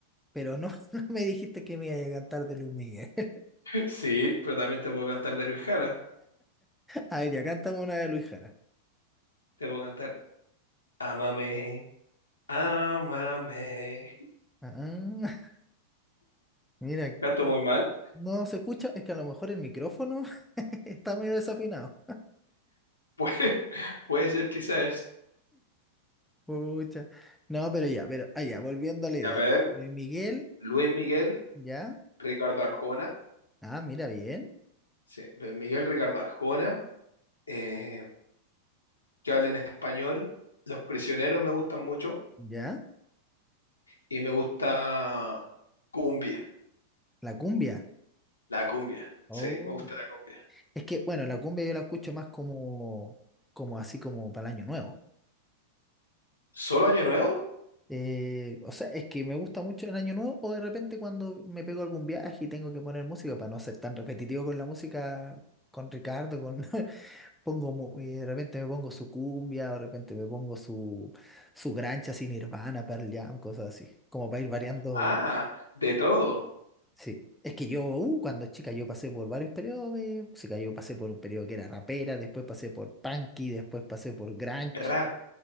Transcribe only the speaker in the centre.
Pero no, <laughs> no me dijiste que me iba a cantar de Luis Miguel. <laughs>
A ver, ya, cántame una de Luis Jara.
Ah, <laughs> mira,
no se escucha, es que a lo mejor el micrófono <laughs> está medio desafinado.
Pucha. No, pero ya, pero allá, volviendo a la idea.
ya.
Luis Miguel,
ya.
Ah, mira, bien.
Ya.
La cumbia.
Oh.
Es que, bueno, la cumbia yo la escucho más como, como así como para el año nuevo.
Eh, o sea, es que me gusta mucho en año nuevo o de repente cuando me pego algún viaje y tengo que poner música para no ser tan repetitivo con la música, con Ricardo, con <laughs> pongo mu- eh, de repente me pongo su cumbia, o de repente me pongo su su grancha sin Nirvana, Pearl Jam, cosas así, como para ir variando
Sí, es que yo, uh, cuando chica, yo pasé por varios periodos de música. Yo pasé por un periodo que era rapera, después pasé por punky, después pasé por grunge.